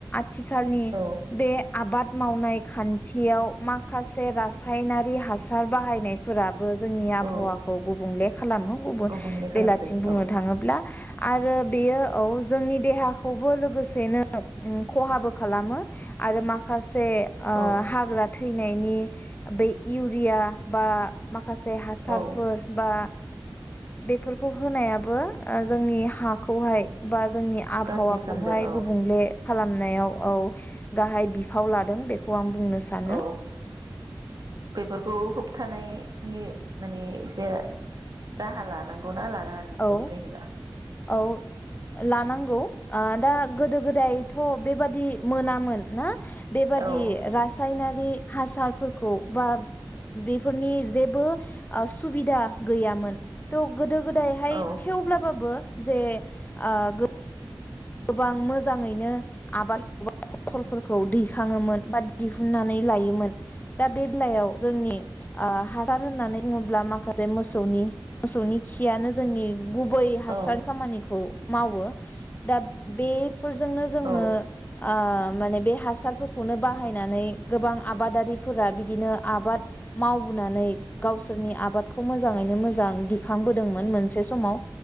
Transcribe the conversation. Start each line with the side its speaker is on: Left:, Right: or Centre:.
Left: थिखालनि
Right: औ
Left: बे आबाद। मावनाय खान्थियाव माखासे रासायनारि हासार बाहायनाय। फोराबो जोंनि
Right: औ
Left: आबहावाखौ गुबुंले। खालामो गुबुन
Right: गुबुंले खालामदों
Left: बेलाथिं बुंनो
Right: औ
Left: थाङोब्ला। आरो बेयो औ जोंनि देहाखौबो लोगोसेनो खहाबो खालामो आरो माखासे। खास। से ओ
Right: औ
Left: हाग्रा। थैनायनि बे इउरिया बा मा। माखासे हासारफोर
Right: औ
Left: बा बेफोर। होनायाबो जोंनि हाखौ हाय बा। जोंनि आबहावाखौहाय
Right: गाज्रि खालामदों औ
Left: गुबुंले खालाम। नायाव औ गाहाय। बिफाव लादों बेखौ आं। बुंनो सानो
Right: औ बेफोरखौ होबथानाय। माने एसे राहा लानांगौना ला। नांङा नोंथांनि
Left: औ
Right: बायदिबा।
Left: औ लानांगौ दा गोदो गोदायथ बेबादि मोनामोन ना। बेबादि
Right: औ
Left: रासायनारि। हासारफोरखौ बा बेफोरनि जेबो सुबिदा गैयामोन। थ गोदो गोदाय।
Right: औ
Left: थेवब्लाबो। बो जे ओ गोबां मोजांङैनो आबाद एबा फसलफोरखौ दै। दिखांङोमोन बा दिहुन्नानै लायोमोन दा बे बेलायाव। जोंनि हासार होननानै बुंङोब्ला माखासे मोसौनि मोसौनि खियानो जोंनि। गुबै हासार
Right: औ
Left: खामानिखौ। मावो। दा बे। फोरजोंनो जोंङो
Right: औ
Left: ओ माने बे हासारफोरखौनो बाहायनानै गोबां आबादारिफोरा बिदिनो आबाद मावबोनानै गावसोरनि आबादखौ मोजाङैनो मोजां दिखांबोदोंमोन मोनसे समाव।